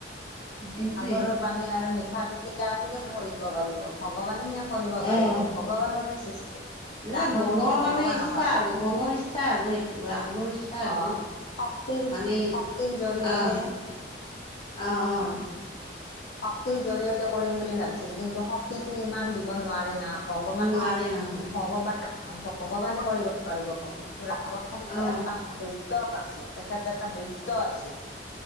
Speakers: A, on the left (about 25°); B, on the left (about 65°).
A: এইটোয়ে
B: সাগৰৰ পানী আৰু মিঠা কেতিয়া, কোনে কৰিব পাৰিব ভগৱানে সেয়া কৰিব পাৰিব,
A: অ'।
B: ভগৱানৰে সৃষ্টি।
A: নাই
B: ৰাৱণটো
A: মনৰ
B: ভগৱান
A: মানে ইচ্ছা
B: নহয়।
A: আৰু মনৰ ইচ্ছা আৰু সেইটো ৰাৱণৰ ইচ্ ছা আৰু
B: অঁ শক্তিৰ
A: মানে
B: শক্তিৰ জৰিয়তে
A: অ, অ-অ।
B: অঁ শক্তিৰ জৰিয়তে কৰিম বুলি ভাবিছিল কিন্তু শক্তিটো ইমান দিব নোৱাৰে না ভগৱানক
A: নোৱাৰে নহয়
B: ভগৱান অ ভ ভগৱানে কৰিব পাৰিব কিন্তু ৰাৱণটো
A: অ',
B: এটা দত্য আছিল তেখেত এটা দত্য আছিল